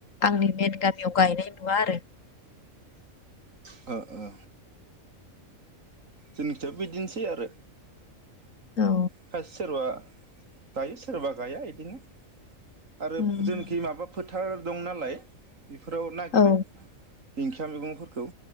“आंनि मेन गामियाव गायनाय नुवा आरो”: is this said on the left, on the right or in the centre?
Left